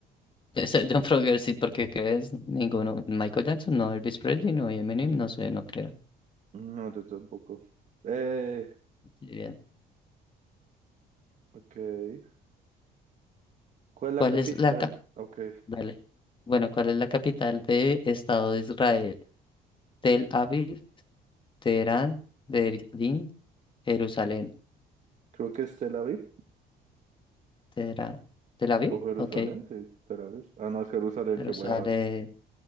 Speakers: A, on the left (about 30°); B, on the right (about 45°).
A: Este, John Frogger, sí, porque ¿qué es? Ninguno. Michael Jackson, no. Elvis Presley, no. Y Eminem, no sé, no creo.
B: No, yo tampoco. Eh,
A: Bien.
B: ok. ¿Cuál es la
A: ¿Cuál
B: capital?
A: es la cap-
B: Ok,
A: Dale. Bueno, ¿cuál es la capital de Estado de Israel? Tel Aviv, Teherán, Berlín, Jerusalén.
B: creo que es Tel Aviv
A: Teherán. ¿Tel Aviv?
B: o Jerusalén.
A: Ok.
B: Sí, Tel Aviv. Ah, no, es Jerusalén,
A: Jerusalén.
B: qué huevas.